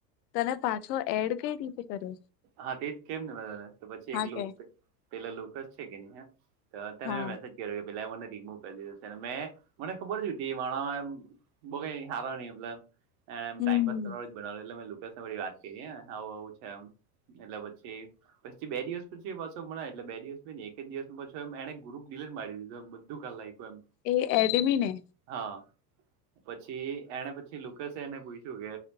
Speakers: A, on the left; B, on the right.
A: તને પાછો એડ કઈ રીતે કરે.
B: હા તેજ કેમ ને બધાને તો પછી એક
A: કે
B: પેલા લોક જ છે કે નહી હા. તો તેને
A: હા
B: મેં મેસેજ કર્યો કે પેલા મને રીમૂવ કરી દીધો છે મે મને ખબર જ હુતી એ માણ બો કઈ હારો ની મલે. એમ
A: હમ
B: ટાઇમપાસ
A: હમ
B: કરવા ઉજ બનાવે લુ એટલે મે <unintelligible> વાત કરી આવું આવું છે એમ એટલે પછી પછી બે દિવસ પછી એ એટલે બે દિવસને એક જ દિવસમાં પાછે એમ એણે ગ્રુપ ડીલીટ મારી દીધો એ બધું કાર્ડ લઈખો એમ.
A: એ એડમી ને.
B: હા પછી એને પછી લુકસે એને પૂછ્યું કે